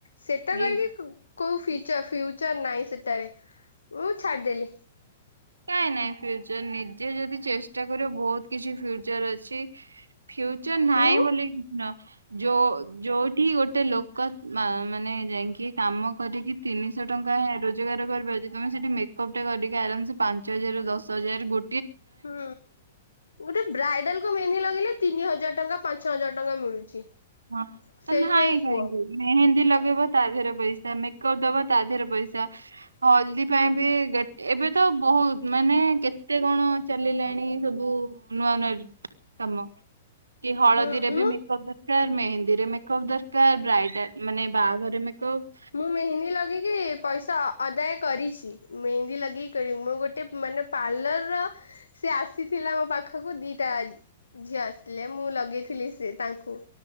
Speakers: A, on the left (about 80°); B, on the right (about 80°).
A: ସେଟା
B: ଏଇ
A: କରିକି କୋଉ ଫିଚ ଫ୍ୟୁଚର ନାହିଁ ସେଟାରେ ମୁଁ ଛାଡିଦେଲି।
B: ନାଇଁ ନାଇଁ ଫ୍ୟୁଚର ନିଜେ ଯଦି ଚେଷ୍ଟା କରିବ ବହୁତ କିଛି ଫ୍ୟୁଚର ଅଛି। ଫ୍ୟୁଚର ନାହିଁ
A: ମୁଁ
B: ବୋଲି ନୁହ। ଯୋଉ ଯୋଉଠି ଗୋଟେ ଲୋକ ମା ମାନେ ଯାଇଁକି କାମ କରିକି। ତିନିଶହ ଟଙ୍କା ରୋଜଗାର କରିପାରୁଚି ତମେ ସେଠି ମେକଅପଟା କରିକି ଆରାମ ସେ। ପାଞ୍ଚ ହଜାର ରୁ ଦଶ ହଜାର ଗୋ
A: ହୁଁ। ଗୋଟେ ବ୍ରାଇଡାଲ କୁ ମେହେନ୍ଦି ଲଗେଇଲେ ତିନି ହଜାର ଟଙ୍କା, ପାଞ୍ଚ ହଜାର ଟଙ୍କା ମିଳୁଛି।
B: ହଁ
A: ସେଇଟା
B: ତ ନାହିଁ
A: ହିଁ କୁହ
B: କାହିଁକି। ମେହେନ୍ଦୀ ଲଗେଇବ ତା ଦେହରେ ପଇସା ମେକଅପ୍ ଦବ ତା ଦେହରେ ପଇସା। ହଳଦୀ ପାଇଁ ବି ଗେ ଏବେ ତ ବହୁତ ମାନେ କେତେ କଣ। ଚାଲିଲାଣି ସବୁ ନୂଆ ନୂଆ କାମ କି ହଳଦୀରେ
A: ହୁଁ ମୁଁ
B: ବି ମେକଅପ କାର ମେହେନ୍ଦୀରେ ମେକଅପ ଦରକାର ବ୍ରାଇଡା ମାନେ ବାହାଘରେ ମେକଅପ।
A: ମୁଁ ମେହେନ୍ଦି ଲଗେଇକି ପଇସ ଅଦାୟ କରିଛି ମେହେନ୍ଦି ଲଗେଇକି ମୁଁ ଗୋଟେ ମାନେ ପାର୍ଲରର। ସେ ଆସିଥିଲା ମୋ ପାଖକୁ ଦିଟା। ଝିଅ ଆସିଥିଲେ ମୁଁ ଲଗେଇଥିଲି ସେ ତାଙ୍କୁ।